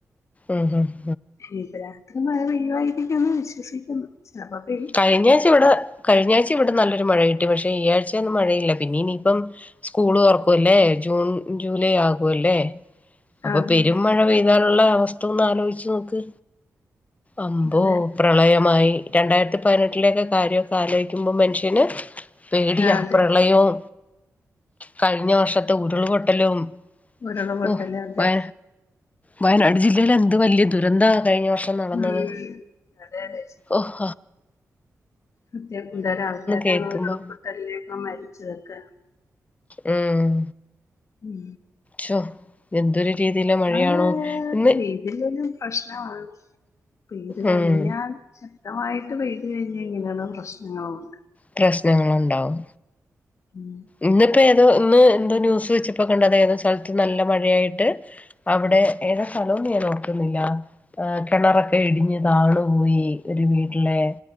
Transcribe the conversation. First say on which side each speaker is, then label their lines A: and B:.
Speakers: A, on the left (about 25°); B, on the left (about 60°).
A: ആം ഹ <unintelligible>
B: ഇനി ഇപ്പ രാത്രി മഴ പെയ്യുവായിരിക്കൂന്ന് വിശ്വസിക്കുന്നു ചിലപ്പോ പെയ്യും
A: കഴിഞ്ഞാഴ്ച്ച ഇവിടെ കഴിഞ്ഞ ആഴ്ച ഇവിടെ നല്ലൊരു മഴ കിട്ടി പക്ഷെ ഈ ആഴ്ച ഒന്നും മഴയില്ല പിന്നെ ഇനിയിപ്പം സ്ക്കൂള് തുറക്കൂവലേ ജൂൺ ജൂലൈ ആകുംല്ലേ അപ്പൊ
B: അതെ
A: പെരുംമഴ പെയ്താലുള്ള ഒന്ന് ആലോചിച്ച് നോക്ക് അംബോ
B: അതെ അതെ
A: പ്രളയമായി രണ്ടായിരത്തി പതിനെട്ടിലൊക്കെ കാര്യമൊക്കെ ആലോചിക്കുമ്പോൾ മനുഷ്യന് പേടിയാ
B: അതെ
A: പ്രളയവും
B: അതെ
A: കഴിഞ്ഞ വർഷത്തെ ഉരുൾപൊട്ടലും
B: ഉരുള പൊട്ടല്ലേ
A: ഓ
B: അതെ
A: വയ വയനാട് ജില്ലയില്ല് എന്ത് വലിയ ദുരന്ത കഴിഞ്ഞ വർഷം നടന്നത്
B: ഉം അതെ അതെ
A: ഓഹ
B: അത്യ എന്തൊരു ആൾക്കാരാണ്
A: കേൾക്കുമ്പോ
B: ഉരുൾപൊട്ടലൊക്കെ മരിച്ചതൊക്കെ
A: ഉം
B: ഉ
A: ശോ എന്തൊരു രീതിയിലെ മഴയാണോ
B: അ
A: ഇന്ന്
B: രീതിൽന്ന <unintelligible> പ്രശ്നമാണ് ഇത് കഴിഞ്ഞാൽ
A: ഉം
B: ശക്തമായിട്ട് പെയ്ത് കഴിഞ്ഞ ഇങ്ങനെയുള്ള പ്രശ്നങ്ങളുണ്ട്
A: പ്രശ്നങ്ങളുണ്ടാവും
B: ഉം
A: ഇന്നിപ്പ ഇന്ന് എന്തോ ന്യൂസ് വെച്ചപ്പാ കണ്ടത ഏതോ സ്ഥലത്തും നല്ല മഴയായിട്ട് അവിടെ ഏതാ സ്ഥലം ഇന്ന് ഞാൻ ഓർക്കുന്നില്ല ആ കിണറൊക്കെ ഇടിഞ്ഞ് താണുപോയി ഒരു വീട്ടിലെ